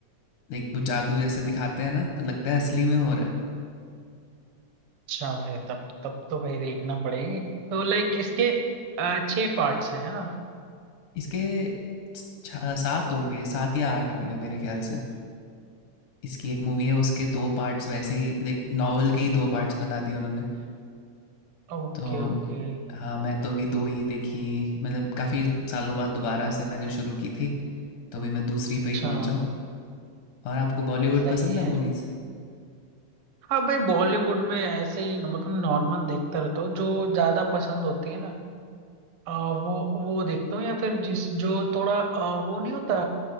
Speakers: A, on the left; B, on the right.
A: लाइक वो जादू जैसे दिखाते हैं ना तो लगता है असली में हो रहा है
B: अच्छा भाई तब तब तो भाई देखना पड़ेगी तो लाइक इसके अ, छह पार्ट्स हैं है ना
A: इसके छ- छ- सात होंगे सात या आठ होंगे मेरे ख्याल से इसकी एक मूवी है उसके दो पार्ट्स वैसे ही लाइक नॉवल के ही दो पार्ट्स बना दिए उन्होंने
B: Okay
A: तो
B: okay
A: हाँ मैं तो अभी दो ही देखी मतलब काफ़ी सालों बाद दोबारा से मैंने शुरू की थी तो अभी मैं दूसरी
B: अच्छा
A: पे ही पहुंचा हूँ और आपको बॉलीवुड
B: सही
A: पसंद
B: है
A: है मूवीज
B: हाँ भाई बॉलीवुड में ऐसे ही न- मतलब नॉर्मल देखता रहता हूँ जो ज्यादा पसंद होती है ना अ, वो वो देखता हूँ या फिर जिस जो थोड़ा अ, वो नहीं होता